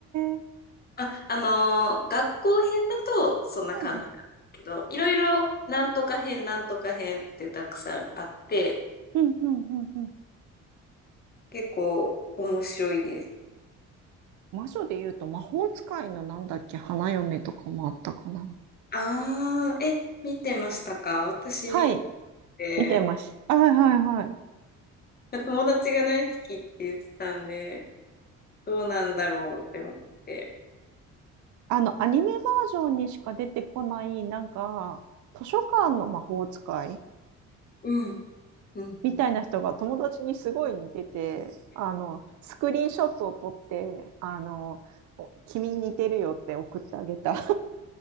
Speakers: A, on the right; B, on the left.
A: ー、
B: あ、あのー学校編だとそんな感じなんですけど、
A: うん。
B: いろいろなんとか編、なんとか編ってたくさんあって、
A: うん。うん。うんうん
B: 結構面白いです。
A: 魔女で言うと魔法使いのなんだっけ、花嫁とかもあったかな。
B: ああ、え、見てましたか私見
A: はい、
B: て、
A: 見てます。あはいはいはい。
B: 友達が大好きって言ってたんで、どうなんだろうって思って。
A: あの、アニメバージョンにしか出てこない、なんか、図書館の魔法使い
B: うん。うん。
A: みたいな人が友達にすごい似てて、あの、スクリーンショットを撮って、あの、君に似てるよって送ってあげた。